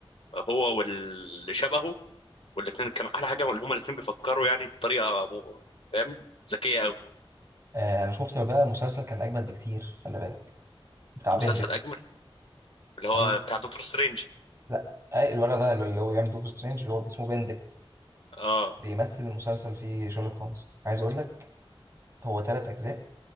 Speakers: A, on the left (about 70°); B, on the right (about 30°).
A: هو واللي شبهه والاثنين كان احلى حاجه ان هما الاثنين بيفكروا يعني بطريقه م- فاهم ذكيه قوي
B: آه، انا شفت بقى مسلسل كان اجمد بكتير خلي بالك بتاع
A: مسلسل
B: بندكت
A: اجمل اللي هو
B: ايوه
A: بتاع دكتور سترينج
B: لا أي الولد ده اللي هو بيعمل دكتور سترينج اللي هو اسمه بندكت
A: اه
B: بيمثل المسلسل فيه شارلوك هومز عايز اقول لك هو ثلاث اجزاء